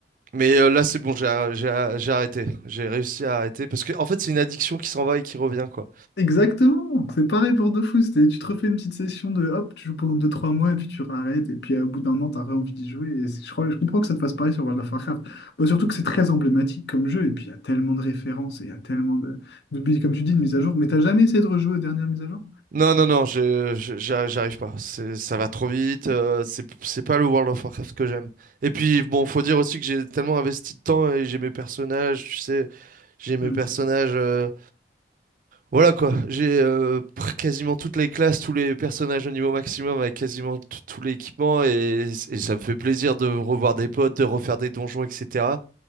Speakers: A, on the right; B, on the left.
A: Mais euh, là c'est bon, j'ai j'ai j'ai arrêté, j'ai réussi à arrêter parce que en fait c'est une addiction qui s'en va et qui revient quoi.
B: Exactement, c'est pareil pour Dofus, t'es- tu te refais une petite session de hop, tu joues pendant deux trois mois et puis tu arrêtes et puis euh, au bout d'un an t'as envie d'y jouer et c'est- je crois, je comprends que ça te fasse pareil sur World of Warcraft. Bon, surtout que c'est très emblématique comme jeu et puis il y a tellement de références et il y a tellement de, de- comme tu dis, de mises à jour, mais t'as jamais essayé de rejouer aux dernières mises à jour?
A: Non, non, non, je, je- j'a- j'arrive pas. C'est, ça va trop vite. euh, c'est, c'est pas le World of Warcraft que j'aime. Et puis, bon, faut dire aussi que j'ai tellement investi de temps et j'ai mes personnages, tu sais, j'ai mes
B: Hmm.
A: personnages. euh, voilà quoi. J'ai euh, pr- quasiment toutes les classes, tous les personnages au niveau maximum avec quasiment t- tout l'équipement et, et ça me fait plaisir de revoir des potes, de refaire des donjons, etc.